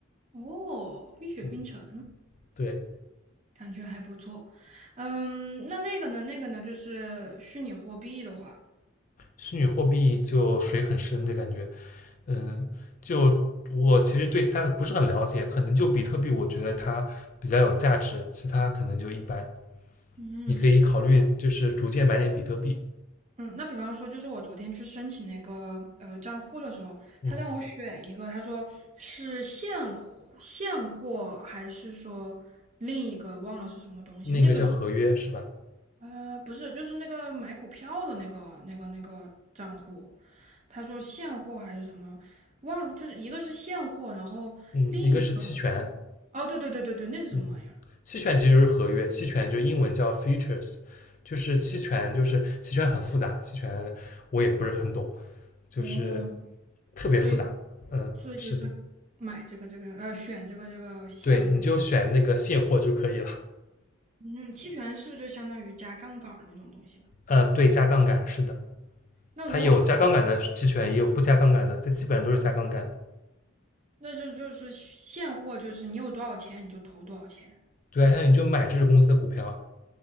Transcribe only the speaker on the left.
嗯，对，
虚拟货币就水很深的感觉。嗯，就我其实对其他的不是很了解，可能就比特币，我觉得它比较有价值，其他可能就一般。
你可以考虑就是逐渐买点比特币，
嗯，
那个叫合约是吧？
嗯，一个是期权，
嗯，期权其实就是合约，期权就英文叫 futures，就是期权，就是期权很复杂，期权我也不是很懂，就是
特别复杂。
嗯，
是的。
对，你就选那个现货就可以了。
呃，对，加杠杆是的，
它有加杠杆的期权，也有不加杠杆的，但基本上都是加杠杆
对啊，像你就买这只公司的股票啊，